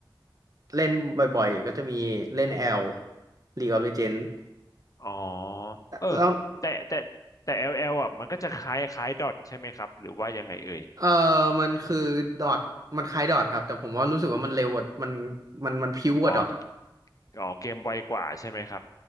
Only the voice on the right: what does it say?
เล่นบ่อยๆก็จะมีเล่น L League of Legends
แล้ว
เอ่อมันคือดอทมันคล้ายดอทครับแต่ผมว่ารู้สึกว่ามันเร็วกว่ามันมันมันพิ้วกว่าดอท